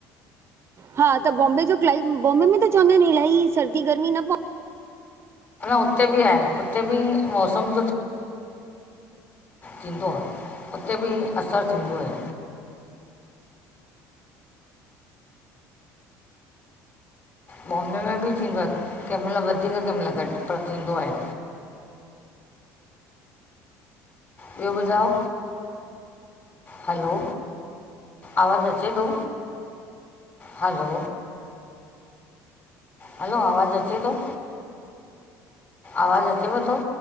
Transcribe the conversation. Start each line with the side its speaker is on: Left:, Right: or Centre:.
Right: हा त बॉम्बे जो क्लाइम त चवंदा आहिनि इलाही सर्दी गर्मी न पवंदी
Left: उते बि सर्दी गर्मी जो आहे मौसम थींदो आहे। उते भी असरु थींदो आहे।
Right: <inaudible>
Left: बॉम्बे में बि थींदो आहे कंहिं वक़्तु वधीक कंहिं वक़्तु घटि पर थींदो आहे।
Right: <inaudible>
Left: ॿियो ॿुधायो? हलो आवाज़ु अचे थो? हलो हलो आवाज़ु अचे थो? आवाज अचेव थो